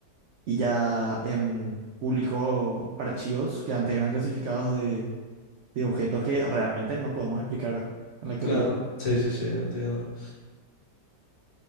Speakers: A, on the right; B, on the left.
A: y ya em, publicó archivos que antes eran clasificados de, de objetos que realmente no podemos explicar en la actualidad.
B: claro. Sí, sí, sí, entiendo.